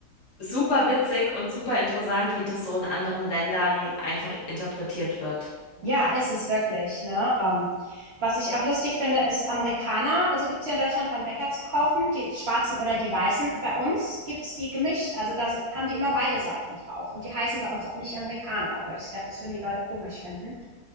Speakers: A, on the left; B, on the right.
A: super witzig und super interessant, wie das so in anderen Ländern einfach interpretiert wird.
B: Ja, ist es wirklich, ne? Ähm, was ich auch lustig finde, ist Amerikaner. Also gibt's hier in Deutschland beim Bäcker zu kaufen, die schwarzen oder die weißen. Bei uns gibt's die gemischt. Also da s- haben die immer beide Seiten drauf. Und die heißen bei uns auch nicht Amerikaner, weil ich glaube, das würden die Leute komisch finden.